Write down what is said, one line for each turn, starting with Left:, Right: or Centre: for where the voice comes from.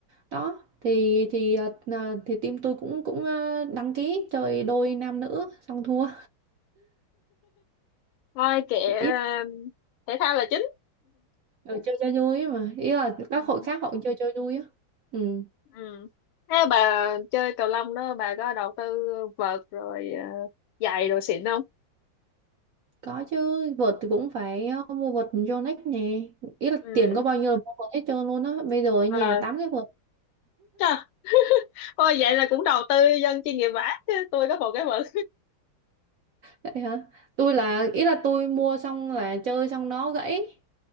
Right: đó thì thì ờ, à, thì team tôi cũng cũng ờ, đăng ký chơi đôi nam nữ xong thua
Left: thôi kệ ờ,
Right: ý
Left: thể thao là chính
Right: là chơi cho vui ấy mà ý là các
Left: <laughs>
Right: hội khác họ cũng chơi chơi vui á ừ
Left: ừ. Thế bà chơi cầu lông đó bà có đầu tư vợt rồi ờ, giày đồ xịn không
Right: có chứ vợt thì cũng phải ờ, mua vợt Yonex nè ý là
Left: ừ
Right: tiền có bao nhiêu là mua vợt hết trơn luôn á bây giờ ở nhà
Left: ờ
Right: tám cái vợt
Left: Trời, ôi vậy là cũng đầu tư dân chuyên nghiệp vả chứ tôi có một cái vợt
Right: Vậy hả? Tôi là ý là tôi mua xong là chơi xong nó gãy.